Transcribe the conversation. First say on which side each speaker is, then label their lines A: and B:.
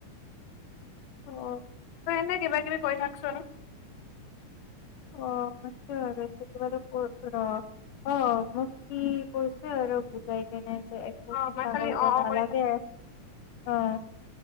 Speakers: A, on the left; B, on the left.
A: অ'।
B: নে কিবা কিবি কৰি থাকচোন।
A: অ', ম আৰু টোব অ' মুক্তি কৰিছে আৰু বুজাই কে যে একো
B: অ
A: চিন্তা
B: মই খালি
A: কৰিব
B: অ অ
A: নালাগে।
B: কৰি থাক
A: অ',